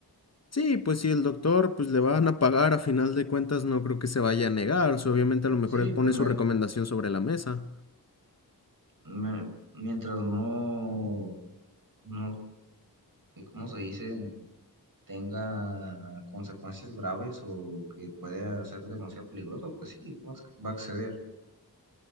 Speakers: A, on the left (about 40°); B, on the right (about 60°).
A: Sí, pues si el doctor pues le van a pagar, a final de cuentas no creo que se vaya a negar. O sea, obviamente a lo mejor
B: Sí,
A: él
B: pues
A: pone
B: me,
A: su recomendación sobre la mesa.
B: me- mientras no, no, ¿y ¿cómo se dice? tenga consecuencias graves o que pueda ser demasiado peligroso, pues sí, va a va a acceder.